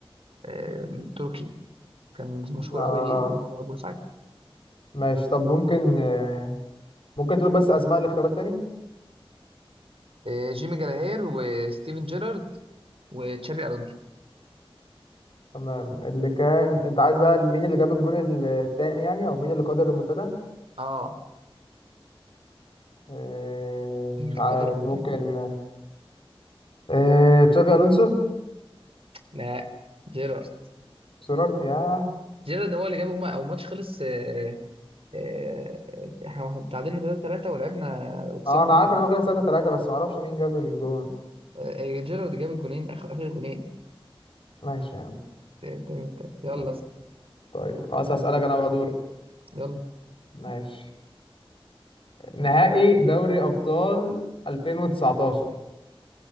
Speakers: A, on the right (about 70°); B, on the left (about 60°).
A: آه من تركي كان مشهور
B: آه.
A: قوي في ليفربول ساعتها
B: ماشي طب ممكن آه، ممكن تقول بس اسماء الاختيارات تاني
A: آه، جيمي جراهير وستيفن جيرارد وتشابي الونسو
B: تمام اللي كان انت عايز بقى مين اللي جاب الجون التاني يعني او مين اللي قدر المنتدى
A: اه
B: آه،
A: مين
B: مش
A: اللي
B: عارف
A: قاد المونتانا
B: ممكن آه، تشافي الونسو
A: لا جيرارد
B: سيرارد يا
A: جيرارد هو اللي جابهم هو الماتش خلص آه، آه، احنا تعادلنا 3 3 ولعبنا وكسبنا
B: اه انا
A: في
B: عارف
A: ال-
B: ان هو خلص 3 3 بس ما اعرفش مين جاب الجون
A: آه، آه، جيرارد جاب الجونين اخر اخر جونين
B: ماشي يعني
A: التاني والتالت يلا
B: يلا.
A: است-
B: طيب خلاص هسألك انا بقى دوري
A: يلا
B: ماشي نهائي دوري ابطال 2019